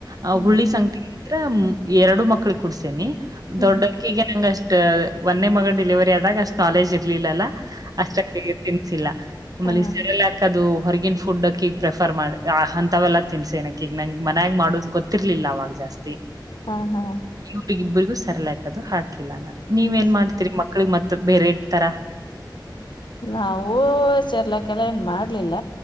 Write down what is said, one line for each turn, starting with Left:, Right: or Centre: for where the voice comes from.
Right: ಆ
Left: ಹ್ಮ್
Right: ಹುಳ್ಳಿ ಸಂಖ್ಯ ಎರಡು ಮಕ್ಳ ಕುಡ್ಸೇನಿ
Left: ಹ್ಮ್
Right: ದೊಡ್ಡಕ್ಕಿಗೆ ನಂಗ ಅಷ್ಟ ಒಂದೇ ಮಗ ಡಿಲಿವರಿ ಆದಾಗ ಅಷ್ಟ್ ನಾಲೆಜ್ ಇರ್ಲಿಲ್ಲಲ್ಲಾ ಅಷ್ಟ ತಿನ್ಸಿಲ್ಲ ನಮ್ಮಲ್ಲಿ
Left: ಹಾ
Right: ಸರೆಲ್ಲ ಯ ಅದು ಹೊರಗನ್ ಫುಡ್ಕ ಈಗ ಪ್ರಿಫರ್ ಮಾಡಿ ಅಂತವೆೆಲ್ಲಾ ತಿನ್ಸಿ ಏಕ ಈಗ ನಂ ಮನ್ಯಾಗ ಮಾಡೋುದು ಗೊ. ರ್ಲಿಲ್ಲ ಅವಾಗ ಜಾಸ್ತಿ
Left: ಹಾ ಹಾ
Right: ಒಗ ಇಬ್ಬರಿಗೂ ಸರಲಾಕದು ಹಾಕಿಲ್ಲ ನಾನ್ ನೀವ
Left: ಹ್ಮ್.
Right: ಏನ್ ಮಾಡ್ತಿೀರಿ ಮಕ್ಳಗ್ ಮತ್ತತ್ ಬೇರೆಡ್ತರ
Left: ನವುೂ ಸೇರ್ಲಾ ಕೆಲ ಏನ್ ಮಾಡ್ಲಿಲ್ಲ